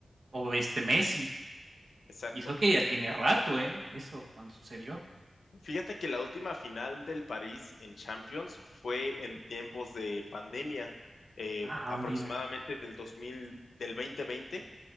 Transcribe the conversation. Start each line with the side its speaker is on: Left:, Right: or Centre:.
Right: o, este, Messi,
Left: exacto.
Right: y eso que ya tiene rato, ¿eh? Eso cuando sucedió.
Left: Fíjate que la última final del París en Champions fue en tiempos de pandemia, eh,
Right: Ah,
Left: aproximadamente
Right: mira.
Left: del dos mil del 2020.